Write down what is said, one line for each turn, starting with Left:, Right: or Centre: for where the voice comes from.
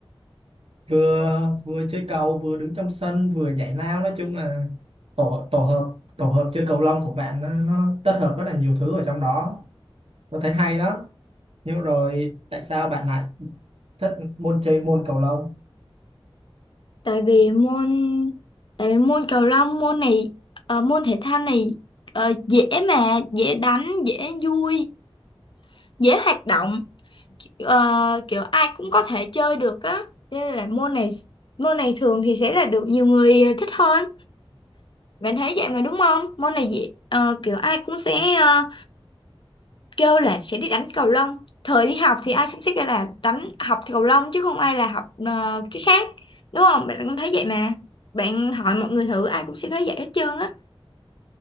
Right: vừa vừa chơi cầu vừa đứng trong sân vừa nhảy lao nói chung là tổ tổ hợp tổ hợp chơi cầu lông của bạn nó, nó kết hợp rất là nhiều thứ ở trong đó tôi thấy hay đó nhưng rồi tại sao bạn lại thích môn chơi môn cầu lông
Left: tại vì môn tại vì môn cầu lông môn này ờ, môn thể thao này ờ, dễ mà dễ đánh dễ vui dễ hoạt động Ờ, kiểu ai cũng có thể chơi được á Cho nên là môn này môn này thường thì sẽ là được nhiều người thích hơn bạn thấy vậy mà đúng không môn này dễ ờ, kiểu ai cũng sẽ ờ, kêu là sẽ đi đánh cầu lông thời đi học thì ai cũng sẽ kêu là đánh học thì cầu lông chứ không ai là học ờ, cái khác đúng không bạn cũng thấy vậy mà bạn hỏi mọi người thử ai cũng sẽ thấy vậy hết trơn á